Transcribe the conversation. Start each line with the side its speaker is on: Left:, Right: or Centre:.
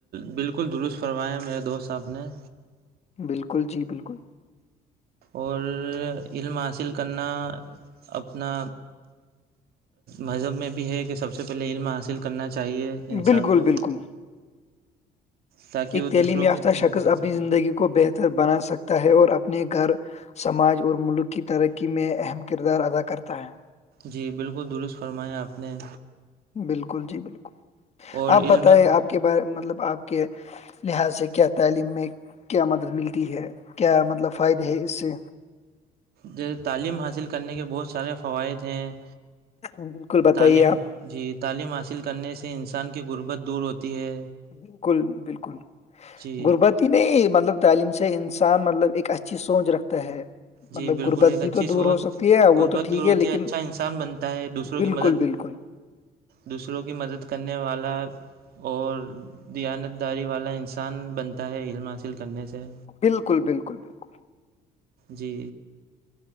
Right: بالکل درست فرمایا میرے دوست صاحب نے
Left: بالکل جی بالکل
Right: اور علم حاصل کرنا اپنا مذہب میں بھی ہے کہ سب سے پہلے علم حاصل کرنا چاہیے انسان
Left: بالکل
Right: کو
Left: بالکل
Right: تاکہ
Left: ایک
Right: وہ دوسروں
Left: تعلیم یافتہ
Right: کی بھی مدد
Left: شخص
Right: کر
Left: اپنی
Right: سکے
Left: زندگی کو بہتر بنا سکتا ہے اور اپنے گھر سماج اور ملک کی ترقی میں اہم کردار ادا کرتا ہے
Right: جی بالکل درست فرمایا آپ نے
Left: بالکل جی بالکل
Right: اور علم
Left: آپ بتائے آپ کے بارے مطلب آپ کے لحظ سے کیا تعلیم میں کیا مدد ملتی ہے کیا مطلب فائدے ہے اس سے
Right: جی تعلیم حاصل کرنے کے بہت سارے فوائد ہیں
Left: بالکل بتائیے
Right: تعلیم
Left: آپ
Right: جی تعلیم حاصل کرنے سے انسان کی غربت دور ہوتی ہے
Left: بالکل بالکل
Right: جی
Left: گربت کہ نہیں مطلب تعلیم سے انسان مطلب ایک اچھی سوچ رکھتا ہے مطلب
Right: جی بالکل
Left: غربت
Right: ایک
Left: بھی
Right: اچھی
Left: تو دور
Right: سوچ
Left: ہو سکتی ہے وہ
Right: غربت
Left: تو ٹھیک
Right: دور ہوتی
Left: لیکن
Right: ہے اچھا انسان بنتا ہے دوسروں
Left: بالکل
Right: کی مدد
Left: بالکل
Right: دوسروں کی مدد کرنے والا اور دیانت داری والا انسان بنتا ہے علم حاصل کرنے سے
Left: بالکل بالکل بکل
Right: جی